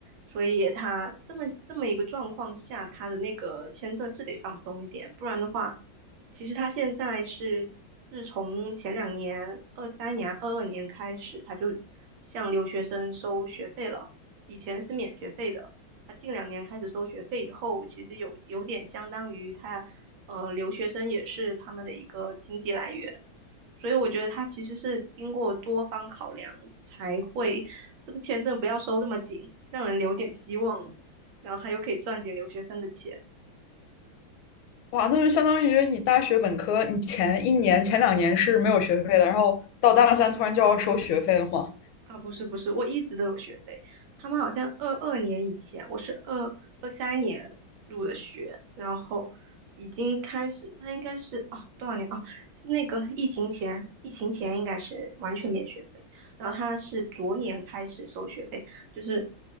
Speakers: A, on the right; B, on the left.
A: 所以它这么这么一个状况下，它的那个签证是得放松一点，不然的话，其实他现在是自从前两年、二三年、二二年开始，他就向留学生收学费了。以前是免学费的，他近两年开始收学费以后，其实有有点相当于他，呃，留学生也是他们的一个经济来源。所以我觉得他其实是经过多方考量才会这个签证不要收那么紧，让人留点希望，然后他又可以赚点留学生的钱。
B: 哇，那就相当于你大学本科，你前一年、前两年是没有学费的，然后到大三突然就要收学费了吗？
A: 啊，不是不是，我一直都有学费。他们好像二二年以前，我是二二三年入的学，然后已经开始，他应该是啊多少年啊？是那个疫情前，疫情前应该是完全免学费，然后他是昨年开始收学费，就是